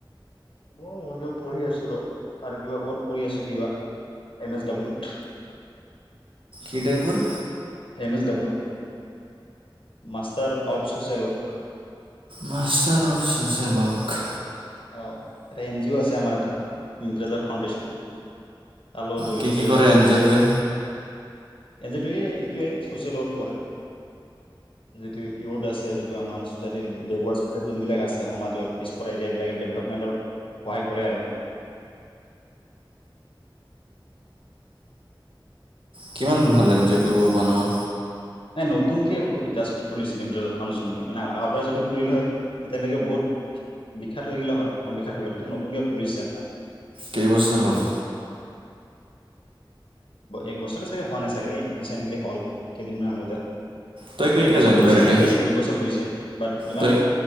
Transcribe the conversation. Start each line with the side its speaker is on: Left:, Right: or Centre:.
Left: অ মই কিব পঢ়ি আছো ৰ আৰু কিবা ৱৰ্ক কৰি আছো কিবা এম এছ ডাব্লিউত।
Right: হৃদয়পূৰ
Left: M S W, master of social work
Right: master of social work.
Left: অ এটা এন জি অ' আছে আমাৰ এটা, মিত্ৰজা ফাউণ্ডেশ্যন। তাৰ লগত জড়িত
Right: কি কি
Left: হৈ
Right: কৰে
Left: আছোঁ।
Right: এন জি অ'টোৱে
Left: এজ এইে ইটোৱে ছচিয়েল ৱৰ্ক কৰে, যিটো ইউড আছে, যিটো আমাৰ চচাইটিৰ বেকৱৰ্ড চচাইটি যিবিলাক আছে সমাজৰ পিছপৰা এতিয়াবিলাক। ডেভেলপমেণ্টত সহায় কৰে আৰু।
Right: কিমান দিন হল এঞ্জিঅ টো বনোৱা?
Left: নাই নতুনকে জাষ্ট খুলিছে নিম ফাউডেশ্যনটো, মানে আগৰ পৰাই যদি খুলিল হয় এতিয়ালৈকে বহুত বিখ্যাত হৈ গল হয়, অসম বিখ্যাত হৈ গ'ল এতিয়া নতুনকে খুজিছে এতিয়া।
Right: কেইবছৰ হ'ল?
Left: এক বছৰ চাগে হোৱা নাই চাগে এই ৰিচেণ্টলি হল কেইদিনমান আগতে।
Right: তই কেতিয়া
Left: একবছৰ
Right: জইন
Left: হৈছে
Right: কৰিলি
Left: চাগে এক দুই বছৰ হৈছে বাট ইমান
Right: তই